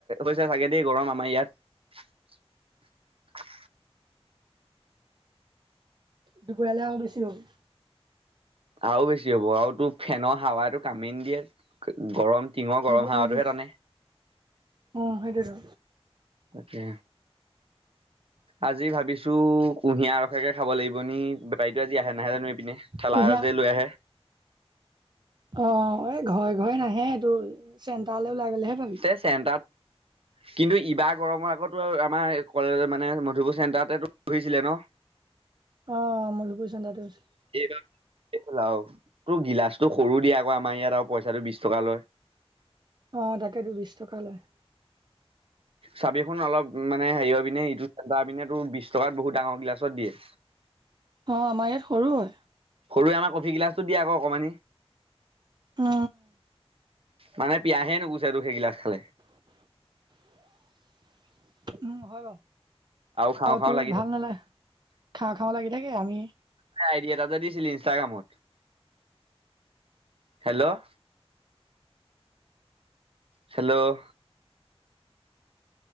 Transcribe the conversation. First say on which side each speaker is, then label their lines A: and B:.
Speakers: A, on the right (about 60°); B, on the right (about 45°).
A: হৈছে চাগে দেই গৰম আমাৰ ইয়াত।
B: দুপৰীয়ালৈ আৰু বেছি হব।
A: আৰু বেছি হ'ব। আৰু তোৰ ফেনৰ হাৱাইটো কামেই নিদিয়ে গৰম টিঙৰ
B: নিদিয়ে
A: গৰম হাৱাটোহে
B: নিদিয়ে
A: টানে।
B: অ', সেইটোয়েটো।
A: তাকে আজি ভাবিছো কুঁহিয়াৰৰ ৰসকে খাব লাগিব নি বেপাৰীতো আজি আহে নাহে জানো এইপিনে থেলা
B: কুঁহিয়া
A: যে লৈ আহে।
B: অ', এই ঘৰে ঘৰে নাহে এইটো, চেণ্টাৰলে ওলাই গলেহে পাবি।
A: তে <inaudible> কিন্তু ইবাৰ গৰমৰ আগতো আমাৰ কলেজ মানে মধুপুৰ চেণ্টাৰতে বহিছিলে ন।
B: অ', মোৰ মধুপুৰ চেণ্টাৰতে হৈছিল।
A: এইবাৰ সেই খন আৰু, তোৰ গিলাচটো সৰু দিয়ে আকৌ আমাৰ ইয়াত আৰু পইচাটো বিশ টকা লয়।
B: অ' তাকেটো বিশ টকা লয়।
A: চাবিখোন অলপ মানে হেৰি হৈ পিনে ইটো সিপাৰৰ পিনে তোৰ বিশ টকাত বহুত ডাঙৰ গিলাছত দিয়ে।
B: অ' আমাৰ ইয়াত সৰু হয়।
A: সৰুৱে আমাৰ কফি গিলাচটোত দিয়ে আকৌ অকণমানি।
B: অ
A: মানে পিয়াহে নুগুছে তোৰ সেইগিলাছ খালে।
B: উম হয় বাৰু।
A: খাওঁ
B: আৰু
A: খাওঁ
B: তোৰ
A: লাগি
B: ভাল
A: থাকে
B: নালাগে, খাওঁ-খাওঁ লাগি থাকে। আমি-
A: আইডিয়া এটি যে দিছিলি ইনষ্টাগ্ৰামত, হেল্ল'? হেল্ল-'?